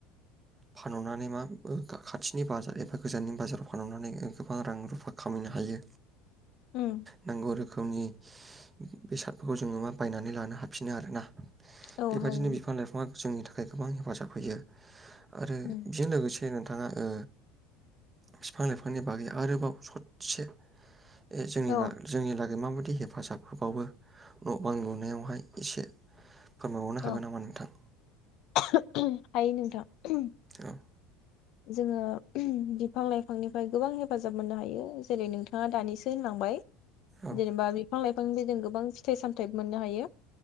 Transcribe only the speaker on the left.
उम
औ
हायो
उम
औ
औ
हायो नोंथां।
जोङो बिफां लाइफांनिफ्राय गोबां हेफाजाब मोननो हायो जेरै नोंथाङा दानिसो होनलांबाय।
जेनेबा बि बिफां लाइफांनिफ्राय जों गोबां फिथाइ सामथायाइबो मोननो हायो।